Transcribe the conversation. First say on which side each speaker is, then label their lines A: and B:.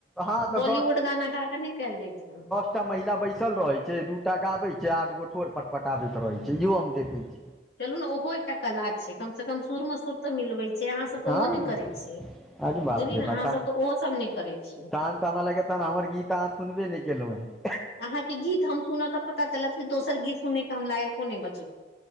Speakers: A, in the centre; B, on the left.
A: हँ तऽ
B: बॉलीवुड गाना गा क नहि कैल जाय छैय।
A: एकटा महिला बैसल रहे छैय दू टा गाबे छैयआठ गो ठोर पट-पटाबैत रहे छैप इहो हम देखै छी।
B: चलू न ओहो एकटा कला छैयकम स कम सुर मे सुर तऽ मिलबै। से अहाँसभ
A: हँ
B: तऽ ओहो नहि करै छियै
A: अरे बाप
B: बुझलियै
A: रे
B: ने
A: बाप
B: अहाँसभ
A: तहन
B: तऽ ओहोसभ नहि करै छिय।
A: तहन तऽ हमरा लागैया तहन हमर गीत अहाँ सुनबे नैय केलऊ। हैं।
B: अहाँ के गीत हम सुनब तऽ पता चलत कि दोसर गीत सुनै के हम लायको ने बचब।